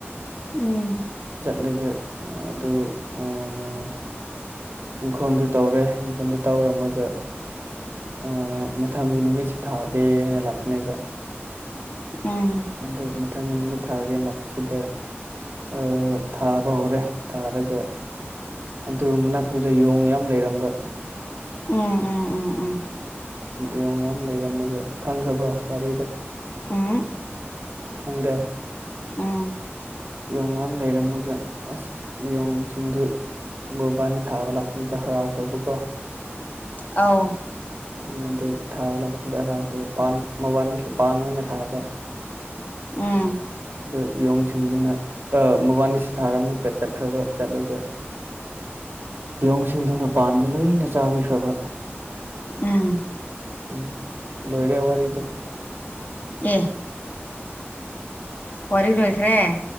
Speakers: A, on the left; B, on the right.
A: ꯎꯝ
B: ꯆꯠꯂꯒ ꯑꯥ ꯑꯗꯨ ꯑꯥ ꯏꯪꯈꯣꯟꯗꯨ ꯇꯧꯔꯦ ꯏꯪꯈꯣꯟꯗꯨ ꯇꯧꯔꯝꯃꯒ ꯑꯥ ꯃꯊꯪꯒꯤ ꯅꯨꯃꯤꯠꯁꯦ ꯊꯥꯒꯦ ꯍꯥꯏꯅ ꯂꯥꯛꯄꯅꯦꯕ
A: ꯎꯝ
B: ꯑꯗꯨ ꯃꯊꯪꯒꯤ ꯅꯨꯃꯤꯠ ꯊꯥꯒꯦꯟ ꯂꯥꯛꯄꯁꯤꯗ ꯑꯥ ꯊꯥꯕ ꯍꯧꯔꯦ ꯊꯥ ꯔꯒ ꯑꯗꯨ ꯃꯅꯥꯛꯇꯨꯗ ꯌꯣꯡ ꯌꯥꯝ ꯂꯩꯔꯝꯕ
A: ꯎꯝ ꯎꯝ ꯎꯝ ꯎꯝ
B: ꯌꯣꯡ ꯃꯌꯥꯝ ꯂꯩꯔꯝꯃꯒ ꯈꯪꯈ꯭ꯔꯕ ꯋꯥꯔꯤꯗꯣ
A: ꯎꯝ
B: ꯈꯪꯗꯦ
A: ꯎꯝ
B: ꯌꯣꯡ ꯉꯥꯝ ꯂꯩꯔꯝꯃꯒ ꯑꯁ ꯌꯣꯡꯁꯤꯡꯗꯨ ꯃꯕꯥꯅꯤ ꯊꯥꯕ ꯂꯥꯛꯄꯗꯨꯗ ꯍꯔꯥꯎꯈ꯭ꯔꯕ ꯀꯣ
A: ꯑꯥꯎ
B: ꯎꯝ ꯑꯗꯨ ꯊꯥꯕ ꯂꯥꯛꯄꯗꯨꯗ ꯍꯔꯥꯎꯈ꯭ꯔ ꯄꯥꯟ ꯃꯕꯥꯅꯤꯁꯦ ꯄꯥꯟ ꯑꯣꯏꯅ ꯊꯥꯕ
A: ꯎꯝ
B: ꯗꯨ ꯌꯣꯡꯁꯤꯡꯗꯨꯅ ꯑ ꯃꯕꯥꯅꯤꯁꯦ ꯊꯥꯔꯝꯃꯒ ꯆꯠꯈ꯭ꯔꯕ ꯆꯠꯂꯒ ꯌꯣꯡꯁꯤꯡꯗꯨꯅ ꯄꯥꯟꯗꯨ ꯂꯣꯏꯅ ꯆꯥꯕꯤꯈ꯭ꯔꯕ
A: ꯎꯝ
B: ꯎꯝ ꯂꯣꯏꯔꯦ ꯋꯥꯔꯤꯗꯣ
A: ꯑꯦ ꯋꯥꯔꯤ ꯂꯣꯏꯈ꯭ꯔꯦ